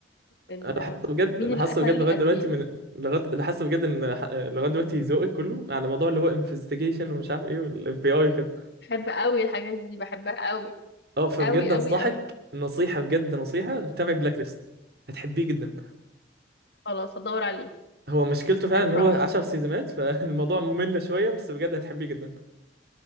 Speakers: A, on the left (about 60°); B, on the right (about 55°).
A: ال...
B: انا
A: ال-
B: حاسس بجد
A: مين
B: انا
A: اللي
B: حاسس
A: قتل
B: بجد لغايه
A: القتيل
B: دلوقتي من لغايه انا حاسس بجد ان ح- لغايه دلوقتي ذوقك كله على موضوع اللي هو انفستيجيشن ومش عارف ايه والاف بي اي وكده
A: بحب قوي الحاجات دي بحبها قوي
B: اه فبجد
A: قوي قوي
B: انصحك
A: قوي
B: نصيحة بجد نصيحة تتابع بلاك ليست هتحبيه جدا
A: خلاص هدور عليه
B: هو مشكلته فعلا
A: I
B: ان
A: promise
B: هو 10 سيزونات فالموضوع ممل شوية بس بجد هتحبيه جدا